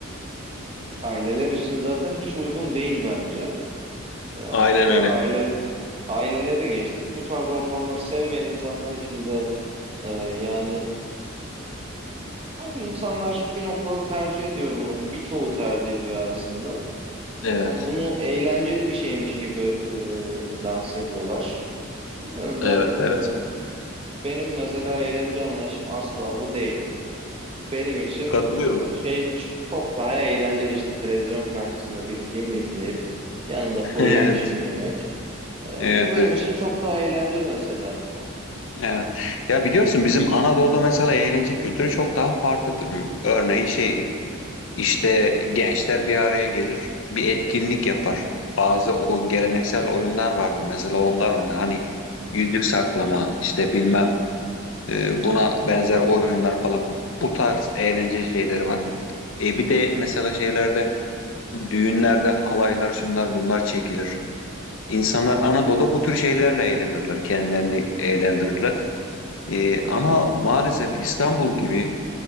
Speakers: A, on the right; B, on the left.
A: aileler için zaten hiç uygun değil bence. E, hatta
B: Aynen öyle.
A: aile aileleri geçtim. Bu tarz ortamları sevmeyen insanlar için de e, yani tabii insanlar bir noktada tercih ediyor bunu. Birçoğu tercih ediyor aslında.
B: Evet,
A: Yani bunu eğlenceli bir şeymiş gibi e, lanse ediyorlar. Bilmiyorum
B: evet,
A: ben e,
B: evet.
A: benim mesela eğlence anlayışım asla bu değil. Benim için
B: Katılıyorum.
A: e, şey çok daha eğlenceli işte televizyon karşısında bir film izleyip yanında
B: <laughs>
A: kuru
B: Evet,
A: yemişimi yemek. E,
B: evet,
A: bu benim
B: evet.
A: için çok daha eğlenceli mesela.
B: Evet. Ya biliyorsun bizim Anadolu'da mesela eğlence kültürü çok daha farklıdır. Örneğin şey İşte gençler bir araya gelir, bir etkinlik yapar.
A: Hı hı,
B: Bazı o geleneksel oyunlar vardır. Mesela onlar oynar. Hani yüzük saklama,
A: hı hı,
B: işte bilmem e, buna benzer oyunlar falan. Bu tarz eğlence şeyleri var. E bir de mesela şeylerde, düğünlerde halaylar, şunlar bunlar çekilir. İnsanlar Anadolu'da bu tür şeylerle eğlenirler, kendilerini eğlendirirler. E, ama maalesef İstanbul gibi